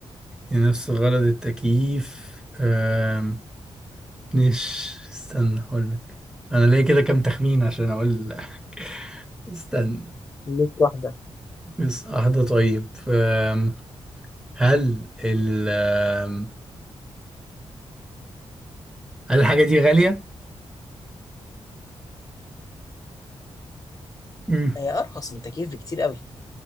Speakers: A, in the centre; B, on the left.
A: نفس غرض التكييف آم، مش استنى اقولك انا ليا كده كام تخمين عشان اقول لك. <laughs> استنى
B: ليك واحدة
A: بس واحدة طيب أم، هل ال أم، هل الحاجة دي غالية؟ مم.
B: هي أرخص من التكييف بكتير قوي